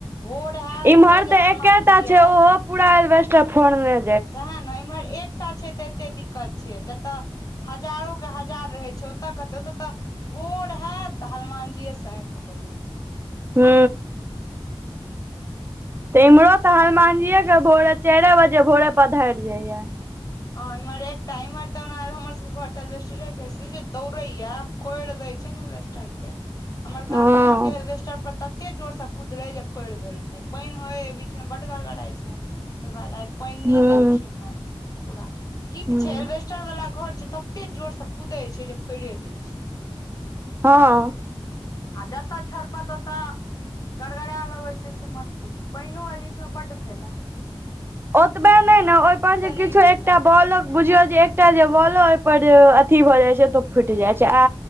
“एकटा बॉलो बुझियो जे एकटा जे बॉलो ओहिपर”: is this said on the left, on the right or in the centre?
Right